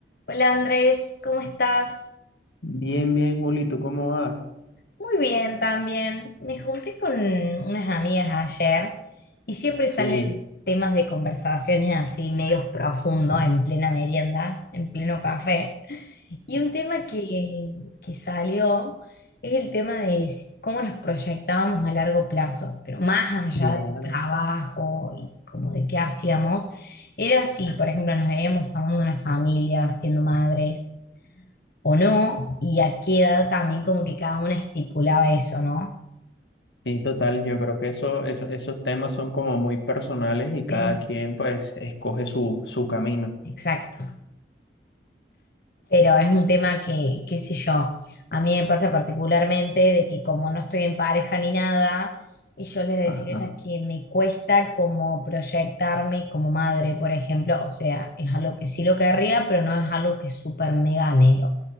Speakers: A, on the left; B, on the left.
A: Hola Andrés, ¿cómo estás?
B: Bien, bien, Juli, ¿tú cómo vas?
A: Muy bien también. Me junté con unas amigas ayer y siempre
B: Sí,
A: salen temas de conversaciones así medios profundos en plena merienda, en pleno café. Y un tema que, que salió es el tema de si- cómo nos proyectábamos a largo plazo, pero más allá
B: Claro,
A: del trabajo y como de qué hacíamos, era si, por ejemplo, nos veíamos formando una familia, siendo madres. o no, y a qué edad también como que cada una estipulaba eso, ¿no?
B: sí, total, yo creo que eso, eso- esos temas son como muy personales y cada
A: Eh,
B: quien pues escoge su, su camino.
A: exacto. Pero es un tema que, qué sé yo, a mí me pasa particularmente de que como no estoy en pareja ni nada, y yo les decía
B: Ajá.
A: a ellas que me cuesta como proyectarme como madre, por ejemplo, o sea, es algo que sí lo querría, pero no es algo que súper mega anhelo.